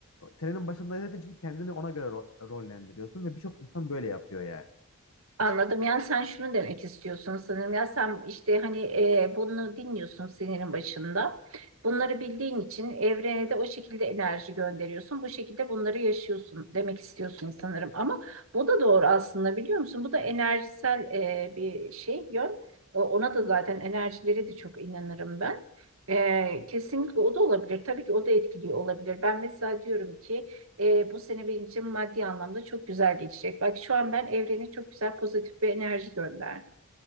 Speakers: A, on the left (about 75°); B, on the right (about 70°).
A: senenin başında izlediğin için kendini ona göre ro- rollendiriyorsun ve birçok insan böyle yapıyor yani.
B: Anladım. Yani sen şunu demek istiyorsun sanırım. Ya sen işte hani e, bunu dinliyorsun senenin başında. Bunları bildiğin için evrene de o şekilde enerji gönderiyorsun. Bu şekilde bunları yaşıyorsun demek istiyorsun sanırım. Ama bu da doğru aslında biliyor musun? Bu da enerjisel e, bir şey yön. O- Ona da zaten enerjileri de çok inanırım ben. E, kesinlikle o da olabilir. Tabii ki o da etkiliyor olabilir. Ben mesela diyorum ki. E, bu sene benim için maddi anlamda çok güzel geçecek. Bak şu an ben evrene çok güzel pozitif bir enerji gönderdim.